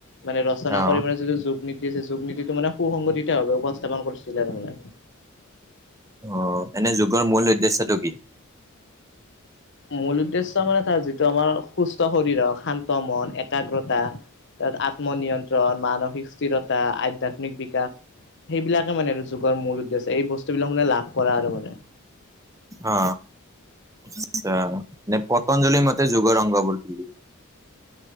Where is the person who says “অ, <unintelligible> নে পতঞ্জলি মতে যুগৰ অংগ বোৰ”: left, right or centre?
Right